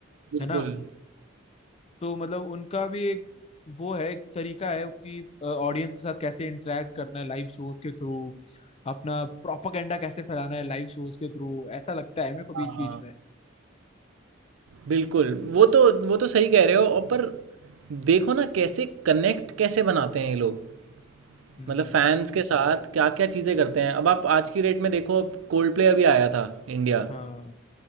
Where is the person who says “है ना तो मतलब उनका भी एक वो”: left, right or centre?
Left